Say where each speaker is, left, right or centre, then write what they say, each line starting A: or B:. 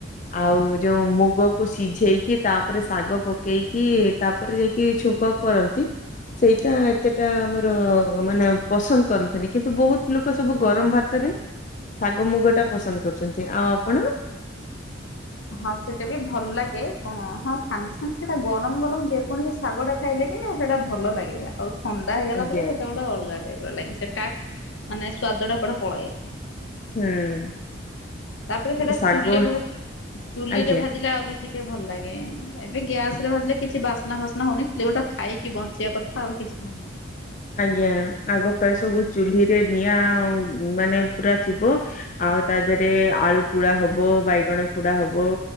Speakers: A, on the left; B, on the left.
A: ଆଉ ଯୋଉ ମୁଗକୁ ସିଝେଇକି ତାପରେ ଶାଗ ପକେଇ କି ତାପରେ ଯାଇକି ଛୁଙ୍କ କରନ୍ତି। ସେଇଟା ଏତେ ଟା ଆମର ମାନେ ପସନ୍ଦ କରନ୍ତିନି କିନ୍ତୁ ବହୁତ ଲୋକ ସବୁ ଗରମ ଭା ତ ରେ ଶାଗ, ମୁଗ ଟା ପସନ୍ଦ କରୁଛନ୍ତି। ଆଉ ଆପଣ?
B: ହଁ ସେଇଟା ବି ଭଲ ଲାଗେ ହଁ ସାଙ୍ଗେ ସାଙ୍ଗେ ସେଟା ଗରମ ଗରମ ଯେକୌଣସି ଶାଗଟା ଖାଇଲେ କିନି ସେଟା ଭଲ ଲାଗେ ଆଉ ଥଣ୍ଡା ହେଇଗଲା
A: ଆଜ୍ଞା।
B: ପରେ ସେଟା ଗୋ ଗୋଟେ ଅଲଗାଟା ଟାଇପ୍ ର ଲାଗି ସେଟା ମାନେ ସ୍ଵାଦ ଟା କୁଆଡେ଼ ପଳାଏ।
A: ହୁଁ
B: ତାପରେ ସେଟା
A: ଶାଗ
B: ଚୁଲି ଭ ଚୁଲିରେ
A: ଆଜ୍ଞା।
B: ଭାଜ ଲେ ଆହୁରି ଟିକେ ଭଲ ଲାଗେ ଏବେ ଗ୍ୟାସ ରେ ଭାଜିଲେ କିଛି ବାସ୍ନା ଫାସ୍ନା ହଉନି ଖାଲି ଗୋଟେ ଖାଇକି ବଞ୍ଚିବା କ ଥାଉ କିଛି ନାହିଁ
A: ଆଜ୍ଞା ଆଗକାଳ ସବୁ ଚୁଲିରେ ନିଆଁ ଆ ମାନେ ପୁରା ଥିବ। ଆଉ ତା ଦେହରେ ଆଳୁ ପୋଡା ହବ ବାଇଗଣ ପୋଡା ହବ।